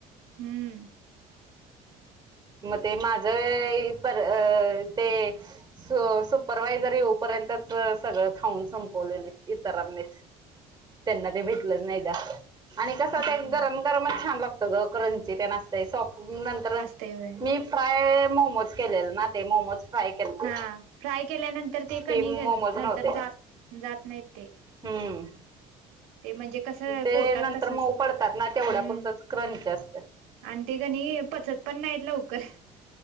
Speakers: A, on the right; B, on the right.
A: हम्म
B: मग ते माझं पर अ ते सु सुपरवायझर येऊपर्यंतच सगळं खाऊन संपवलेली इतरांनीच त्यांना ते भेटलंच नाही द्या आणि कस
A: हम्म
B: ते गरम गरमच छान लागत. सगळं क्रंची ते असतय सॉप नंतर
A: तेवे
B: मी फ्राय मोमोज केलेलं ना ते मोमोज फय केलते
A: हा फ्राय केल्यानंतर कणी
B: ते मोमोज नव्हते.
A: नंतर जात जात नाहीत ते
B: हम्म
A: ते म्हणजे कसं
B: ते
A: पोटात
B: नंतर
A: तसच
B: मऊ पडतात ना तेवढ्या
A: हम्म
B: पुरतच क्रंची असतं
A: आणि ते काणी पचत पण नाहीत लवकर